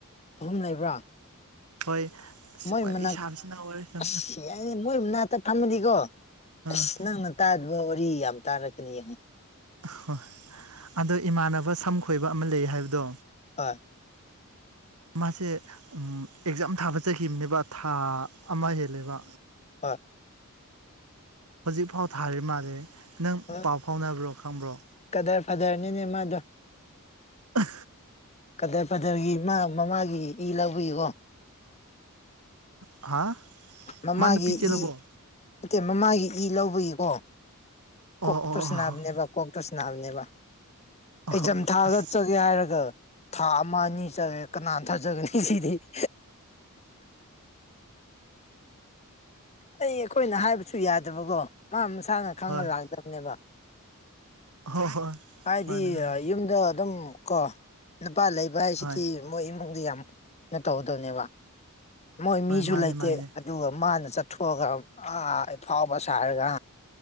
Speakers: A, on the left (about 30°); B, on the right (about 85°).
A: ꯑꯍꯨꯝ ꯂꯩꯕ꯭ꯔꯥ
B: ꯍꯣꯏ
A: ꯃꯣꯏ
B: ꯑ ꯋꯥꯔꯤ
A: ꯃꯅꯥꯛ
B: ꯁꯥꯕꯁꯤꯅ ꯑꯣꯏꯔ
A: ꯑꯁ ꯃꯣꯏ ꯅꯥꯛꯇ ꯐꯝꯃꯗꯤꯀꯣ
B: ꯑꯥ
A: ꯑꯁ ꯅꯪꯅ ꯇꯥꯗꯕ ꯋꯥꯔꯤ ꯌꯥꯝ ꯇꯥꯔꯛꯀꯅꯤ ꯌꯦꯡꯉꯣ
B: ꯍ ꯑꯗꯣ ꯏꯃꯥꯟꯅꯕ ꯁꯝ ꯈꯣꯏꯕ ꯑꯃ ꯂꯩ ꯍꯥꯏꯕꯗꯣ
A: ꯑꯥ
B: ꯃꯥꯁꯦ ꯑꯦꯛꯖꯥꯝ ꯊꯥꯕꯆꯈꯤꯕꯅꯦꯕ ꯊꯥ ꯑꯃ ꯍꯦꯜꯂꯦꯕ
A: ꯍꯣꯏ
B: ꯍꯧꯖꯤꯛꯐꯥꯎ ꯊꯥꯔꯤ ꯃꯥꯜꯂꯦ ꯅꯪ
A: ꯍꯣꯏ
B: ꯄꯥꯎ ꯐꯥꯎꯅꯕ꯭ꯔꯣ ꯈꯪꯕ꯭ꯔꯣ
A: ꯀꯗꯔ ꯐꯊꯔꯅꯤꯅꯦ ꯃꯥꯗꯣ
B: ꯑ
A: ꯀꯗꯔ ꯐꯗꯔꯒꯤ ꯃꯥ ꯃꯃꯥꯒꯤ ꯏ ꯂꯧꯕꯤꯌꯨꯀꯣ
B: ꯍꯥ
A: ꯃꯃꯥꯒꯤ
B: ꯃꯥ ꯅꯨꯄꯤ ꯆꯦꯜꯂꯕꯣ
A: ꯏ ꯅꯠꯇꯦ ꯃꯃꯥꯒꯤ ꯏ ꯂꯧꯕꯒꯤꯀꯣ
B: ꯑꯣ
A: ꯀꯣꯛꯛꯇꯣꯁ
B: ꯑꯣ ꯑꯣ
A: ꯅꯅꯥꯞꯅꯦꯕ ꯀꯣꯛꯛꯇꯁ ꯅꯅꯥꯕꯅꯦꯕ
B: ꯑꯣ
A: ꯑꯦꯖꯝ ꯊꯥꯒꯠꯆꯒꯦ
B: ꯑꯁ
A: ꯍꯥꯏꯔꯒ ꯊꯥ ꯑꯃ ꯑꯅꯤ ꯆꯠꯂꯦ ꯀꯅꯥ ꯊꯥꯖꯒꯅꯤ ꯁꯤꯗꯤ <inaudible> ꯑꯩ ꯑꯩꯈꯣꯏꯅ ꯍꯥꯏꯕꯁꯨ ꯌꯥꯗꯕꯀꯣ ꯃꯥ ꯃꯁꯥꯅ ꯈꯪꯉ
B: ꯍꯣꯏ
A: ꯂꯥꯛꯇꯕꯅꯦꯕ
B: ꯍꯣꯏ ꯍꯣꯏ
A: ꯍꯥꯏꯗꯤ
B: ꯃꯥꯅꯦ ꯃꯥꯅꯦ
A: ꯌꯨꯝꯗ ꯑꯗꯨꯝ ꯀꯣ ꯅꯨꯄꯥ ꯂꯩꯕ ꯍꯥꯏꯁꯤꯗꯤ
B: ꯍꯣꯏ
A: ꯃꯣꯏ ꯏꯃꯨꯡꯗ ꯌꯥꯝ ꯀꯩꯅꯣ ꯇꯧꯒꯗꯕꯅꯦꯕ ꯃꯣꯏ ꯃꯤꯁꯨ
B: ꯍꯣꯏ ꯃꯥꯅꯦ
A: ꯂꯩꯇꯦ
B: ꯃꯥꯅꯦ
A: ꯑꯗꯨꯒ ꯃꯥꯅ ꯆꯠꯊꯣꯛꯑꯒ ꯑꯥꯐꯥꯎꯕ ꯁꯥꯔꯒ